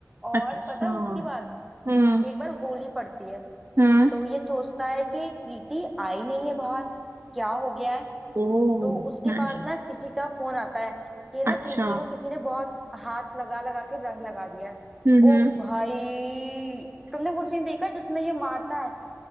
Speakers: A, in the centre; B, on the right (about 50°).
A: और
B: अच्छा
A: पता है उसके बाद
B: हम्म
A: एक बार होली पड़ती है
B: हम्म
A: तो ये सोचता है कि प्रीति आई नहीं है बाहर क्या हो गया है
B: ओ
A: तो उसके
B: नहीं
A: पास ना किसी का फोन आता है कि ना
B: अच्छा
A: प्रीति को किसी ने बहुत हाथ लगा लगा के रंग लगा दिया है
B: हम्म
A: ओ
B: हम्म
A: भाई तुमने वो सीन देखा है जिसमें ये मारता है